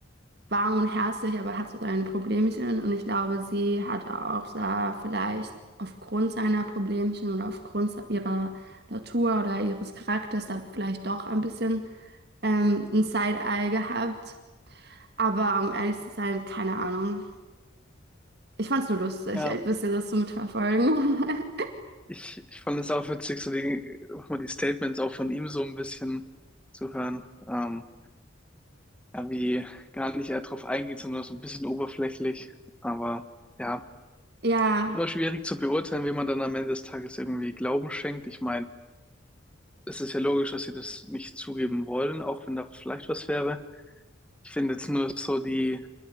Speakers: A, on the right; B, in the centre.
A: warm und herzlich, aber hat so seine Problemchen. Und ich glaube, sie hat auch da vielleicht aufgrund seiner Problemchen oder aufgrund se- ihrer Natur oder ihres Charakters da vielleicht doch ein bisschen ähm, ein Side-Eye gehabt. Aber um ehrlich zu sein, keine Ahnung. Ich fand's nur lustig,
B: Ja.
A: ein bisschen das zu mitverfolgen. <laughs>
B: Ich, ich fand es auch witzig, so die, auch mal die Statements auch von ihm so ein bisschen zu hören. Ähm, irgendwie gar nicht eher drauf eingeht, sondern so ein bisschen oberflächlich. Aber ja,
A: Ja,
B: immer schwierig zu beurteilen, wie man dann am Ende des Tages irgendwie Glauben schenkt. Ich meine, es ist ja logisch, dass sie das nicht zugeben wollen, auch wenn da vielleicht was wäre. Ich finde jetzt nur so die